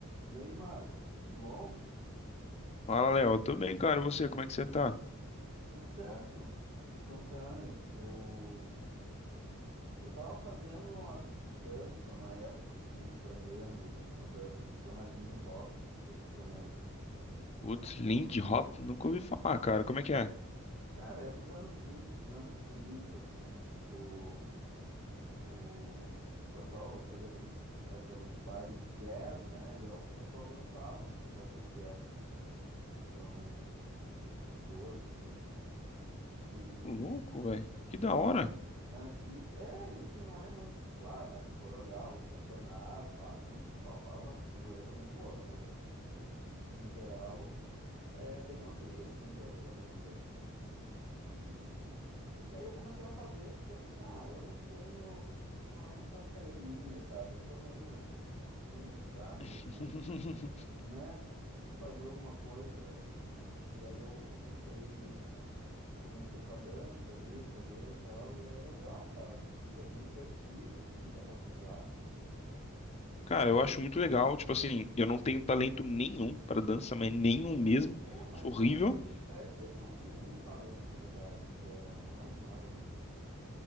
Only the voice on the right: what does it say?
E aí, Marco, tudo bom?
Tudo certo. Deixa eu te contar, eu, eu, eu tava fazendo uma dança uma época aqui, aprendendo uma dança que se chama Lindy Hop, não sei se tu conhece.
Cara, é dos anos 20, dos anos 30, assim, tipo, o pessoal fazia aqueles, aqueles bailes de jazz, né? E é o que o pessoal dançava nas festas de jazz. Então, de de dois, assim. e
É,
e a- aqui, é, e assim, não é muito claro, né? Que se for olhar os campeonatos lá, sim, o pessoal faz umas piruetas muito loucas, mas no geral é bem ok, assim, de, a- de aprender. E, e aí eu comecei a fazer, porque assim, ah, eu não tenho, ah, eu não faço academia, sabe? Eu sou meio, ah, tenho muito saco,
e- mas, né? Preciso fazer alguma coisa. E aí eu comecei. comecei com a dança ali, fazer e tal, e é legal, sabe? Que, Tipo, é meio divertido, assim, dá umas risadas, inclusive.
É, mas
não,
não, essa aí não precisa muito talento, na verdade, porque ela não é nada muito